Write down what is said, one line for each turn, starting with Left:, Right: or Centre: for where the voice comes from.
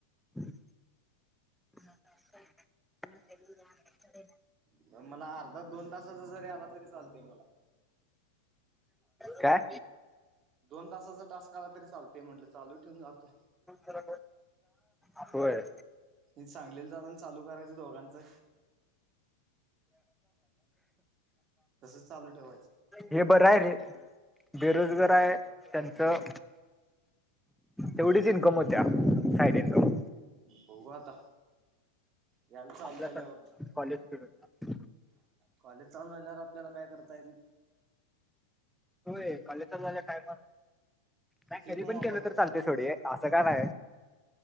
Centre: रिकाम. रिकाम.
Right: मग मला अर्धा दोन तासाचा जरी आला तरी चालतय मला.
Centre: काय.
Right: दोन तासाचा टास्क आला तरी चालतय म्हटलं चालू ठेवून जातो
Centre: कर आ होय.
Right: सांगलीला जातान चालू करायचं दोघांचं, तसच चालू ठेवाय
Centre: हे बरं आहे रे बेरोजगार हाय. त्यांनचं तेवढीच इन्कम होत्या, साईड इन्कम
Right: बघू आता, यायला चालू
Centre: आपल्यासारख्या
Right: झाल्यावर
Centre: कॉलेज पिरिडला.
Right: कॉलेज चालू झाल्यावर, आपल्याला काय करता येत नाही.
Centre: होय. कॉलेज चालू झाल्यावर काय पण, नाही
Right: हे
Centre: कधी पण
Right: वापरता
Centre: केलं, तर
Right: येत
Centre: चालते
Right: नाही.
Centre: सोड हे असं काय नाय.